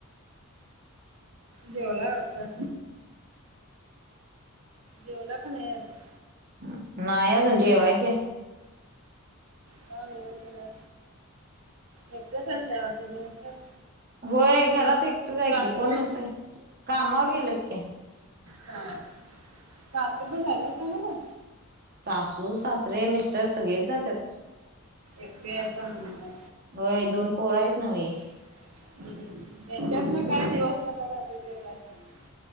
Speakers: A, on the right (about 75°); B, on the right (about 45°).
A: जेवला वाटतं. जेवला का नाय अजून.
B: हं नायी अजून जेवायचय हाय.
A: का वेळ केला एकट्याच असताय वाटतं दिवसभर.
B: होय घरात एकटच हाय
A: सासरे
B: की कोण नसतंय कामावर गेलेत की.
A: हा सासरे पन जातात कामाला.
B: सासू सासरे मिस्टर सगळेच जात्यात.
A: एकट्या हायसा
B: होय दोन पोर आहेत नव्हे
A: <unintelligible> हम् त्यांच्यातन काय दिवस कसा जातो ते काय समजत नाही.